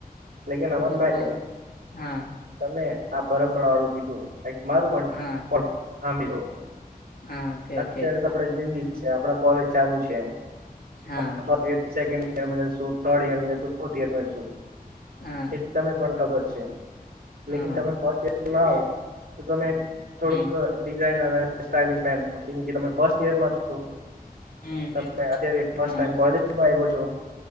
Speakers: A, on the right (about 80°); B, on the left (about 70°).
A: લેકિન અમનભાઈ
B: ઓર કહો હા.
A: તમે આ પરંપરા વાળું કીધુ. કંઈક મારું
B: હા
A: પણ સાંભળી લો.
B: હા કે
A: અત્યારે
B: કે
A: તો આપડે ઝેનઝી જ છે. આપણે કોલેજ ચાલુ છે.
B: હા.
A: આપણા ફર્સ્ટ સેકન્ડ યર માં જશું. થર્ડ યર માં જશું. ફોર્થ યર માં જશું.
B: હા.
A: તમને પણ ખબર છે.
B: હા
A: લેકિન
B: હા
A: તમે ફર્સ્ટ માં આવો તો તમે થોડુંક.
B: હમ
A: ડિઝાઇનર અને સ્ટાઇલિશ થાય. કેમ કે તમે ફર્સ્ટ યર માં છો.
B: હમ
A: તમે અત્યારે ફર્સ્ટ
B: હા
A: ટાઈમ કોલેજમાં આવ્યા છો?